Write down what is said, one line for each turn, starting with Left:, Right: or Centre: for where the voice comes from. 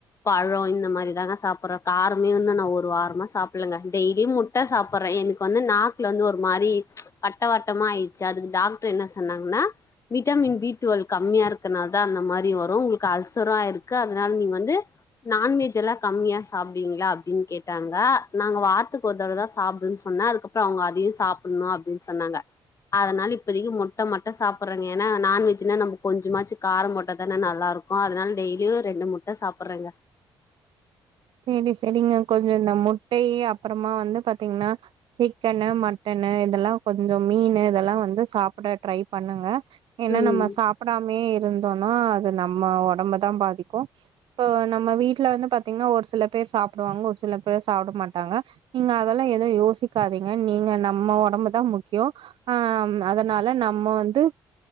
Left: பழோ இந்த மாரி தாங்க சாப்பற காரமே இன்னு நா ஒரு வாரமா சாப்பில்லங்க டெய்லி முட் ட சாப்பற எனக்கு வந்து நாக்குல வந்து ஒரு மாரி வட்ட வட்டமா ஆயி சி அதுக்கு டாக்டரு என்ன சொன்னாங்னா விட்டமின் பி டுவல் கம்மியா இருக்கனால் தா அந்த மாரி வரு உங்களுக்கு அல்சரு ஆய்ருக்கு அதனால நீ வந்து நான்வெஜ் எல்லா கம்மியா சாப்டுவீங்களா அப்டின் கேட் டாங்க நாங்க வாரத்துக்கு ஒரு தடவ தா சாப்டுன் சொன்னே அதுக்கப்புற அவுங்க அதையு சாப்புட்னு அப்டின் சொன்னாங்க அதனால இப்பதிக்கு முட்ட மட்டு சாப்பறங்க ஏனா நான் வெஜ்னா நம்ம கொஞ்சமாச்சு கார போட்டா தான நல்லாருக் கோ அதனால டெய்லியு ரெண்டு முட்ட சாப்புறங்க
Right: செரி செரிங்க கொஞ்ச இந்த முட்டை அப்புறமா வந்து பாத்தீங்னா சிக்கனு மட்டனு இதெல்லா கொஞ்ச மீனு இதெல்லா வந்து சாப்ட ட்ரை பண்ணுங்க ஏனா
Left: ம்.
Right: நம்ம சாப்டாமயே இருந்தோனா அது நம்ம ஒடம்பதா பாதிக்கு இப்போ நம்ம வீட்ல வந்து பாத்தீங்னா ஒரு சில பேர் சாப்டுவாங்க ஒரு சில பேர் சாப்ட மாட்டாங்க நீங்க அதெல்லா எதையு யோசிக்காதீங்க நீங்க நம்ம ஒடம்புதா முக்கியோ ஆம் அதனால நம்ம வந்து